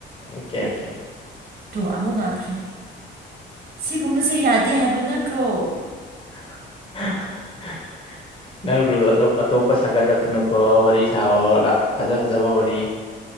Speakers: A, on the left (about 25°); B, on the right (about 45°).
A: ꯑꯣꯀꯦ ꯑꯣꯀꯦ
B: ꯇꯨ ꯑꯃꯨꯛ ꯉꯥꯡꯈ꯭ꯔꯦ ꯁꯤꯒꯨꯝꯕꯁꯦ ꯌꯥꯗꯦ ꯗꯦ ꯍꯥꯏꯕ ꯅꯠꯇ꯭ꯔꯣ
A: <inaudible> ꯅꯪꯕꯨ ꯑꯇꯣꯞꯄ ꯁꯥꯒꯠ ꯈꯛꯇ ꯅꯪꯀꯣ ꯋꯥꯔꯤ ꯁꯥꯋꯣ ꯐꯖ ꯐꯖꯕ ꯋꯥꯔꯤ